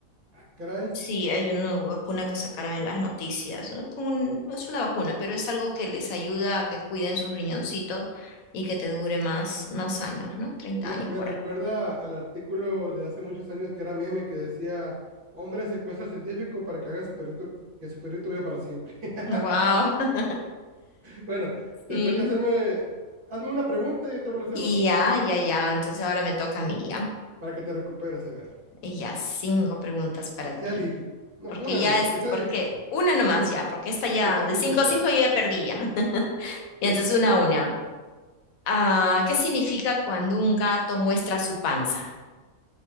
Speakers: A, on the right; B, on the left.
A: Ah, caray.
B: Sí, hay una vacuna que sacaron en las noticias. No es como un- no es una vacuna, pero es algo que les ayuda a que cuiden sus riñoncitos y que te dure más, más años, ¿no? treinta
A: Me,
B: años
A: me
B: por
A: recuerda
B: ahí.
A: al artículo de hace muchos años que era meme que decía, hombre secuestra al científico para que haga su perrito, que su perrito viva para siempre. <laughs>
B: Wow. <laughs>
A: Bueno, te
B: Sí.
A: toca hacerme, hazme una pregunta y yo te voy a hacer
B: Y
A: otra
B: ya,
A: para,
B: ya, ya. Entonces ahora me toca a mí ya.
A: para que te recuperes. A ver,
B: Y ya, cinco preguntas para
A: que sea
B: ti.
A: difícil. No,
B: porque
A: una
B: ya
A: nomás,
B: es,
A: que sea
B: porque
A: difícil.
B: una nomás ya, porque esta ya,
A: Y que sea
B: de
A: difícil.
B: cinco a cinco yo ya perdí ya. <laughs> Y
A: Sí,
B: entonces una a una. Ah, ¿qué significa cuando un gato muestra su panza?